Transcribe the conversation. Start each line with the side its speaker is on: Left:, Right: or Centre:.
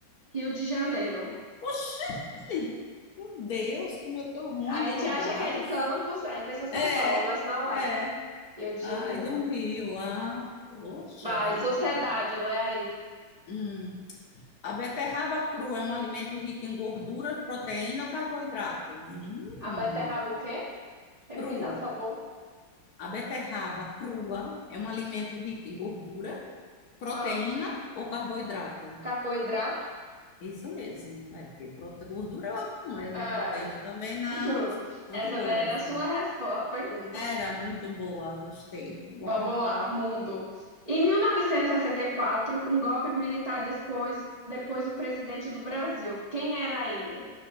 Right: Rio de Janeiro.
Left: Oxi! Meu Deus, como eu tô ruim
Right: A
Left: de
Right: gente
Left: lugares.
Right: acha que é de Campos, aí pensa São
Left: É,
Right: Paulo, mas não é.
Left: é.
Right: Rio de
Left: Ai,
Right: Janeiro.
Left: do Rio. Ah, poxa
Right: Vai,
Left: vida.
Right: sociedade, lê aí.
Left: Hum. A beterraba crua é um alimento rico em gordura, proteína ou carboidrato? Hum.
Right: A beterraba o quê? Repita,
Left: Crua.
Right: por favor.
Left: A beterraba crua é um alimento rico em gordura, proteína
Right: Ah.
Left: ou carboidrato.
Right: Carboidrato?
Left: Isso mesmo, né? Porque prote- gordura ela não é, né?
Right: Ah,
Left: Proteína também não.
Right: <laughs>
Left: Muito
Right: essa
Left: boa
Right: daí era
Left: essa.
Right: a sua resposta, pergunta.
Left: Era muito boa, gostei.
Right: Vamos
Left: Ah,
Right: lá,
Left: pode.
Right: mundo. Em 1964, um golpe militar depois, depois o presidente do Brasil. Quem era ele?